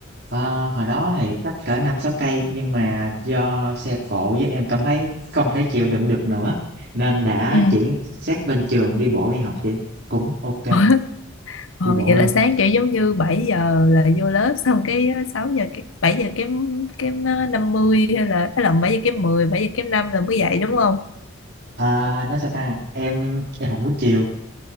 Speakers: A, on the right; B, on the left.
A: Ờ, hồi đó thì cắt cỡ năm sáu cây nhưng mà do xe cộ với em cảm thấy không thể chịu đựng được nữa nên đã
B: Ừ.
A: chuyển sát bên trường đi bộ đi học chị cũng ok
B: <laughs> Ờ,
A: đi bộ
B: vậy
A: luôn
B: là sáng kiểu giống như 7 giờ là vô lớp <laughs> xong cái ờ, 6 giờ cái 7 giờ kém kém ờ, 50 hay là hay là bảy giờ kém mười 7 giờ kém năm là mới dậy đúng không?
A: à, nói sao ta em em học buổi chiều